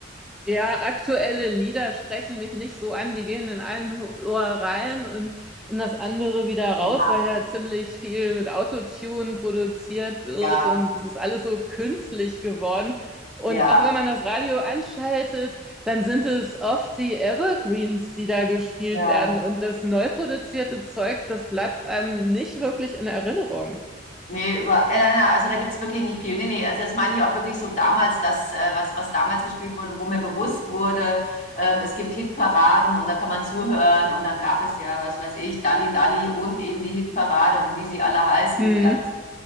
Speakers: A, in the centre; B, on the left (about 40°).
A: Ja, aktuelle Lieder sprechen mich nicht so an. Die gehen in ein Ohr rein und in das andere wieder raus,
B: Ja,
A: weil ja ziemlich viel mit Autotune produziert wird
B: ja,
A: und es ist alles so künstlich geworden. Und
B: ja.
A: auch wenn man das Radio anschaltet, dann sind es oft die Evergreens, die da gespielt
B: ja.
A: werden. Und das neu produzierte Zeug, das bleibt einem nicht wirklich in Erinnerung.
B: Nee, über, äh, na, also da gibt's wirklich nicht viel. Nee, nee, also das meine ich auch wirklich so damals, das, äh, was, was damals gespielt wurde, wo mir bewusst wurde, ähm, es gibt Hitparaden und da kann man zuhören und dann gab es ja, was weiß ich, Dalli Dalli und eben die Hitparade und wie sie alle heißen,
A: Hm.
B: diese ganzen